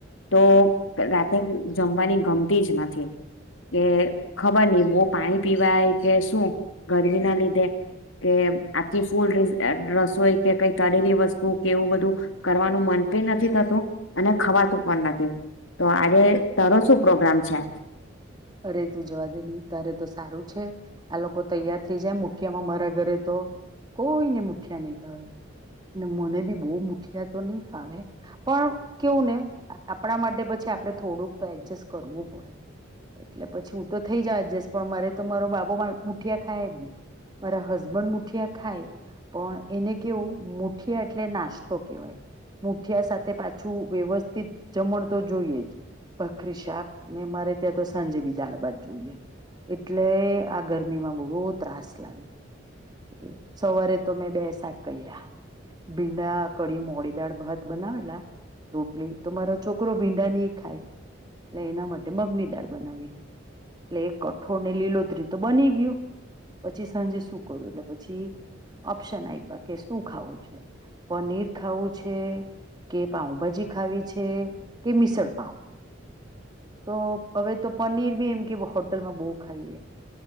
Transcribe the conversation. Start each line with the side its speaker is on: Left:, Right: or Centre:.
Left: તો રાતે જમવાની ગમતી જ નથી કે ખબર નહી બહ પાણી પીવાય કે શું ગરમી ના લીધે કે આખી ફૂલ રસોઈ કે કઈ તળેલી વસ્તુ. કૂક એવું બધું કરવાનું મન પણ નથી થતું અને ખવાતું પણ નથી તો આજે તારો શું પ્રોગ્રામ છે.
Right: અરે તું જવા દે નહી તારે તો સારું છે આ લોકો તૈયાર થઈ જાય મુઠિયામાં મારા ઘરે તો કોઈને મુઠિયા નહીં ભાવે ને મને બી બહુ મુઠિયા તો નહી ફાવે પણ કેવું ને આપણા માટે પછી આપણે થોડુંક તો એડજસ્ટ કરવું પડે. એટલે પછી હું તો થઈ જ એડજસ્ટ પણ મારે તો મારો બાબો મુઠિયા ખાય જ નહી મારા હસબન્ડ મુઠિયા ખાય પણ એને કેવું મુઠિયા એટલે નાસ્તો કેહેવાય મુઠિયા સાથે પાછું વ્યવસ્થિત જમણ તો જોઈએ જ ભાખરી શાક ને મારે. ત્યાં તો સાંજે બી દાળ ભાત જોઈએ એટલે આ ગરમીમાં બહુ ત્રાસ લાગે સવારે તો મેં બે શાક કર્યા ભીંડા કડી મોડી દાળ ભાત બનાવેલા રોટલી તો મારો છોકરો ભીંડા નહી ખાય એટલે એના માટે મગની. દાળ બનાવી એટલે એ કઠોળ ને લીલોતરી તો બની ગયું પછી સાંજે શું કરું એટલે પછી ઓપ્શન આપ્યા કે શું ખાવું છે પનીર ખાવું છે કે પાઉભાજી. ખાવી છે કે મીસળપાવ તો. હવે તો પનીર બી એમ કે હોટલમાં બહુ ખાઈએ